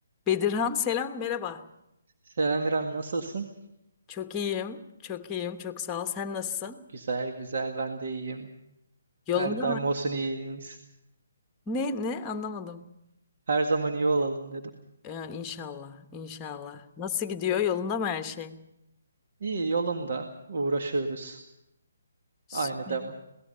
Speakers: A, on the left; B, on the right.
A: Bedirhan selam merhaba.
B: Selam İrem, nasılsın?
A: Çok iyiyim, çok iyiyim, çok sağ ol. Sen nasılsın?
B: Güzel güzel ben de iyiyim.
A: Yolunda
B: Her daim
A: mı?
B: olsun iyiliğimiz.
A: Ne ne anlamadım.
B: Her zaman iyi olalım dedim.
A: Ya, inşallah, inşallah. Nasıl gidiyor? Yolunda mı her şey?
B: İyi yolunda uğraşıyoruz.
A: Süper.
B: Aynı devam.